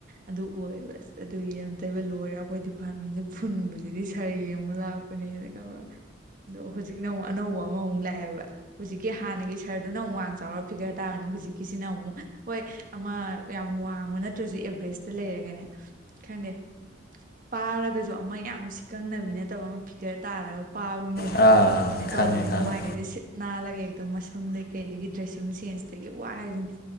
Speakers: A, on the right; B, on the left.
A: ꯑꯗꯨ ꯑꯣꯏꯌꯦꯕ ꯑꯁ ꯑꯗꯨꯒꯤ ꯑꯝꯇꯣꯏꯕ ꯂꯣꯏꯔꯦ ꯑꯈꯣꯏ ꯗꯤꯄꯥꯔꯠꯃꯦꯟꯁꯦ ꯐꯨꯟꯕꯁꯤꯗꯤ ꯁꯥꯔ ꯌꯦꯡꯕ ꯂꯥꯛꯄꯅꯦꯅ ꯈꯪꯕ꯭ꯔꯥ ꯑꯗꯣ ꯍꯧꯖꯤꯛꯅ ꯑꯃꯨꯛ ꯑꯅꯧꯕ ꯑꯃꯃꯨꯛ ꯂꯥꯛꯑꯦꯕ ꯍꯧꯖꯤꯛꯀꯤ ꯍꯟꯅꯒꯤ ꯁꯥꯔꯗꯨꯅ ꯑꯃꯨꯛ ꯋꯥꯡ ꯆꯥꯎꯔꯒ ꯐꯤꯒꯔ ꯇꯥꯕꯅꯤꯅ ꯍꯨꯖꯤꯛꯀꯤꯁꯤꯅ ꯑꯃꯨꯛ ꯍꯣꯏ ꯑꯃ ꯌꯥꯝ ꯋꯥꯡꯕ ꯅꯠꯇ꯭ꯔꯥꯁꯨ ꯑꯦꯕꯔꯦꯖꯇ ꯂꯩꯔꯒꯅꯦ ꯈꯪꯗꯦ ꯄꯥꯔꯒꯁꯨ ꯑꯃ ꯌꯥꯝ ꯁꯤꯀꯪꯅꯕꯤ ꯅꯠꯇꯕ ꯑꯃ ꯐꯤꯒꯔ ꯇꯥꯔꯒ ꯄꯥꯕ ꯑꯝ ꯂꯩꯗꯅ
B: ꯑꯥ
A: ꯑꯗꯨꯃꯥꯏ ꯇꯧꯔꯒ
B: ꯈꯪꯉꯦ ꯈꯪꯉꯦ
A: ꯃꯃꯥꯏꯀꯥꯁꯦ ꯁꯤꯠ ꯅꯥꯜꯂꯒ ꯍꯦꯛꯇ ꯃꯁꯝꯗꯒꯤ ꯀꯩꯗꯒꯤ ꯗ꯭ꯔꯦꯁꯤꯡ ꯁꯦꯟꯁꯇꯒꯤ ꯋꯥ ꯍꯥꯏꯖꯤꯅꯤ